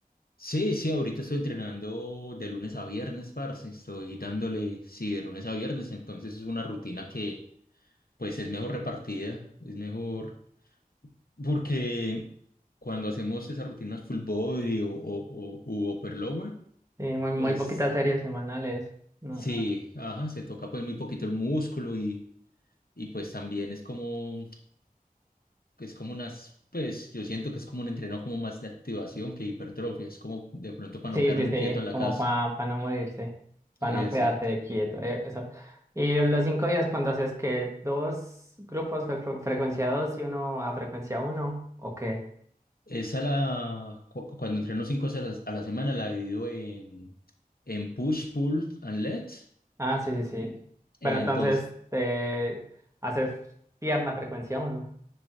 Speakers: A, on the left; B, on the right.
A: Sí, sí, ahorita estoy entrenando de lunes a viernes, parce. Estoy dándole, sí, de lunes a viernes. Entonces es una rutina que, pues, es mejor repartida, es mejor. Porque cuando hacemos esas rutinas full body o, o, o u upper lower,
B: Sí, muy, muy
A: pues,
B: poquitas series semanales. No.
A: sí, ajá, se toca pues muy poquito el músculo y Y pues también es como, es como unas, pues yo siento que es como un entreno como más de activación que hipertrofia, es como de pronto para
B: Sí,
A: no quedarme
B: sí, sí,
A: quieto en la
B: como
A: casa.
B: para no morirse, para
A: Exacto.
B: no quedarse quieto, eh, eso. Y los cinco días cuando haces que dos grupos fre- frecuencia 2 y uno a frecuencia uno ¿o qué?
A: Esa la, cu- cuando entreno cinco veces a la a la semana la divido en, en push, pull and let.
B: Ah, sí, sí, sí. Pero
A: Eh,
B: entonces
A: entonces,
B: te haces pierna frecuencia uno.